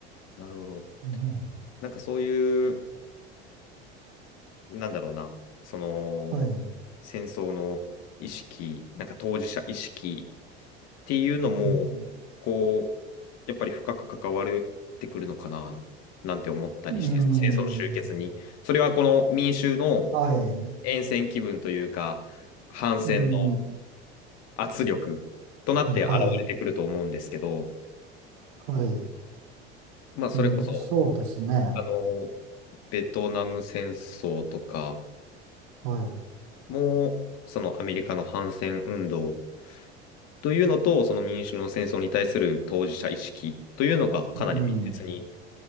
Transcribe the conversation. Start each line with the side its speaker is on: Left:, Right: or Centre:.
Left: なるほど。
Right: うん、
Left: なんかそういう、なんだろうな、その、
Right: はい、
Left: 戦争の意識、なんか当事者意識ていうのも、
Right: うん、
Left: こう、やっぱり深く関わってくるのかな、なんて思ったりして、
Right: うん
Left: 戦争の終結に。それはこの民衆の
Right: はい、
Left: 厭戦気分というか、反戦の
Right: うん、は
Left: 圧力となって現れてくると思うんですけど、
Right: い、はい、
Left: まあ、それこそ、
Right: うん、そうですね、
Left: あの、ベトナム戦争とか
Right: はい、
Left: も、そのアメリカの反戦運動というのと、その民衆の戦争に対する当事者意識というのがかなり密接に
Right: うん、